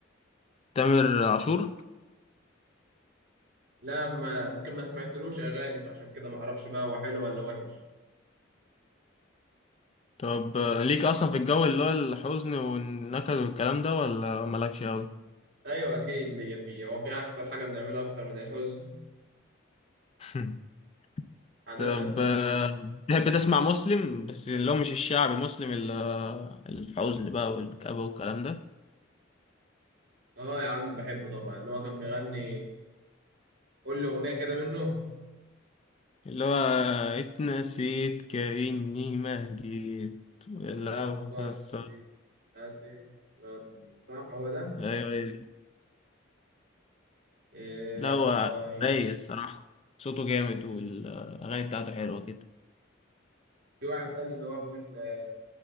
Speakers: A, on the left; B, on the right.
A: تامر عاشور
B: لا ما ممكن ما سمعتلوش أغاني فعشان كده ما أعرفش بقى هو حلو ولا وحش
A: طب آه، ليك اصلا في الجو اللي هو الحزن والنكد والكلام ده ولا مالكش اوي
B: أيوة أكيد ليا فيه هو في أكتر حاجة بنعملها أكتر من الحزن
A: <laughs>
B: عادة
A: طب
B: المصريين
A: آه، تحب تسمع مسلم بس اللي هو مش الشعبي مسلم ال- آه، الحزن بقى والكآبة والكلام ده
B: اه يا عم بحبه طبعا اللي هو كان بيغني قول لي أغنية كده منه
A: اللي هو اتنسيت كأني ما جيت لو
B: ولو بس
A: حصل
B: هتكسرني صح هو ده؟
A: ايوه هي دي.
B: إيه
A: لا
B: يا والله
A: هو رايق الصراحة صوته جامد والأغاني بتاعته حلوة كده
B: في واحد تاني اللي هو بيقول آه،